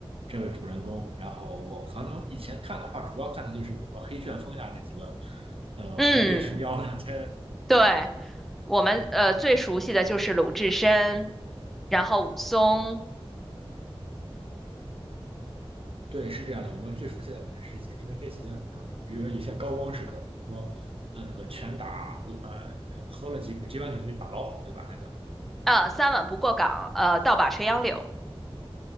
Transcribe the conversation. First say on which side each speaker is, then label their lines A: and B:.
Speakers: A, on the right; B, in the centre.
A: 这位主人公。然后我可能以前看的话，主要看的就是比如说黑旋风呀那几个，呃，
B: 嗯，
A: 虎背熊腰的。这
B: 对，我们呃最熟悉的就是鲁智深，然后武松，
A: 对是这样的，我们最熟悉的肯定是这些，因为这些比如说比如说有些高光时刻，比如说呃那个拳打呃喝了几几碗酒去打老虎，对吧？那个。
B: 呃三碗不过岗，呃倒把垂杨柳。